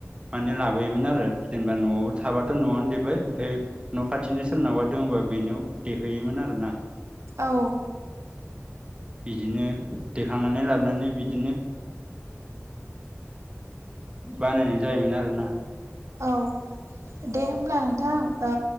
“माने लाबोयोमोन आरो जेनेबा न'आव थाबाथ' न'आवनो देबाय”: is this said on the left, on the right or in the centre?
Right